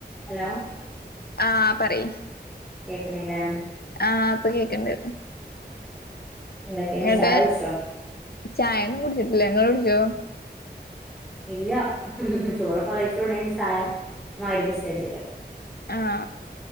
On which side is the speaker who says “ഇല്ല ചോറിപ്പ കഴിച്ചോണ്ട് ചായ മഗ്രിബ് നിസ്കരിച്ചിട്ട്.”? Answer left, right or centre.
Centre